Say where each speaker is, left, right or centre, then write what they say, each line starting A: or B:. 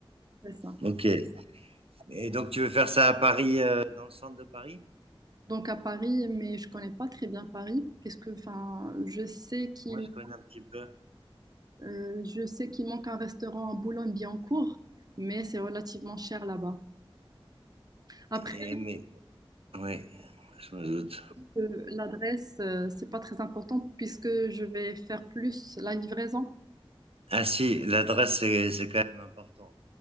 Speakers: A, on the right; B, on the right.
A: C'est ça.
B: Ok. Et donc tu veux faire ça à Paris, euh, dans le centre de Paris?
A: Donc, à Paris, mais je connais pas très bien Paris. Qu'est-ce que, enfin, je sais qu'il
B: Moi, je connais un petit peu.
A: Euh, je sais qu'il manque un restaurant à Boulogne-Billancourt, mais c'est relativement cher là-bas. Après,
B: Et, mais, oui, je me doute.
A: euh, l'adresse, euh, c'est pas très important puisque je vais faire plus la livraison.
B: Ah si, l'adresse, c'est, c'est quand même important.